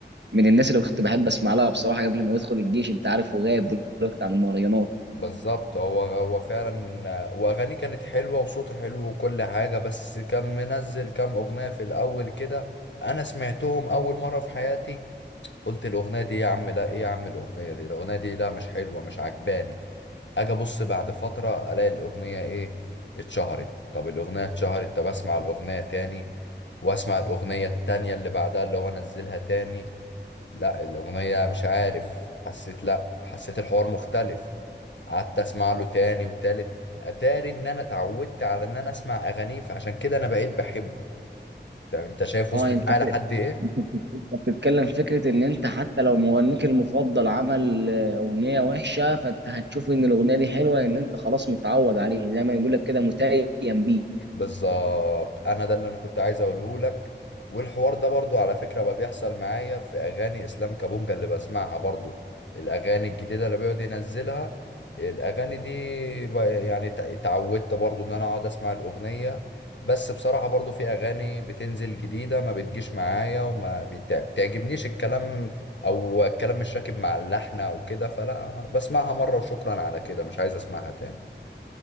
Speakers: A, on the right; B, on the left.
A: من الناس اللي كنت بحب اسمع لها بصراحه قبل ما يدخل الجيش انت عارف وغايب دلوقتي عن المهرجانات
B: بالظبط هو هو فعلا واغانيه كانت حلوه وصوته حلو وكل حاجه بس كان منزل كام اغنيه في الاول كده انا سمعتهم اول مره في حياتي قلت الاغنيه دي يا عم لا ايه يا عم الاغنيه دي الاغنيه دي لا مش حلوه مش عجباني اجي ابص بعد فتره الاقي الاغنيه ايه اتشهرت طب الاغنيه اتشهرت طب اسمع الاغنيه تاني واسمع الاغنيه التانيه اللي بعدها اللي هو نزلها تاني لا الأغنية مش عارف حسيت لا حسيت الحوار مختلف قعدت أسمع له تاني وتالت أتاري إن أنا اتعودت على إن أنا أسمع أغانيه فعشان كده أنا بقيت بحبه طب أنت شايف
A: اه
B: وصلت
A: انت
B: معايا لحد إيه؟
A: انت بتتكلم في فكره ان انت حتى لو مغنيك المفضل عمل آه، اغنيه وحشه فانت هتشوف ان الاغنيه دي حلوه ان انت خلاص متعود عليه زي ما يقول لك كده متيم بيه
B: بالظبط انا ده اللي انا كنت عايز اقوله لك والحوار ده برضو على فكرة بقى بيحصل معايا في اغاني اسلام كابونجا اللي بسمعها برضو الاغاني الجديدة اللي بيقعد ينزلها الاغاني دي بقى- يعني تع- اتعودت برضو ان انا اقعد اسمع الاغنية بس بصراحة برضو في اغاني بتنزل جديدة ما بتجيش معايا وما بتع- بتعجبنيش الكلام او الكلام مش راكب مع اللحن او كده فلا بسمعها مرة وشكرا على كده مش عايز اسمعها تاني